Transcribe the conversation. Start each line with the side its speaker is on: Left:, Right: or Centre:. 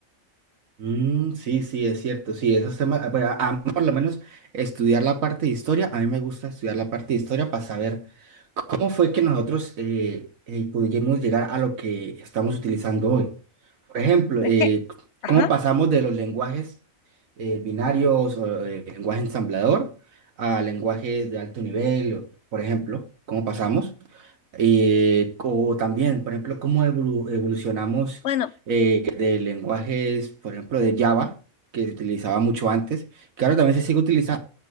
Right: Mm, sí, sí, es cierto, sí, esos temas, ah, pero a a mí por lo menos estudiar la parte de historia, a mí me gusta estudiar la parte de historia para saber. ¿Cómo fue que nosotros eh, eh, pudimos llegar a lo que estamos utilizando hoy? Por ejemplo,
Left: Es
Right: eh,
Left: que,
Right: c-
Left: ajá,
Right: ¿cómo pasamos de los lenguajes eh, binarios o eh, lenguaje ensamblador a lenguajes de alto nivel? o- Por ejemplo, ¿cómo pasamos? Eh, o también, por ejemplo, ¿cómo evolu- evolucionamos
Left: bueno,
Right: eh, de lenguajes, por ejemplo, de Java, que se utilizaba mucho antes, que ahora también se sigue utilizando?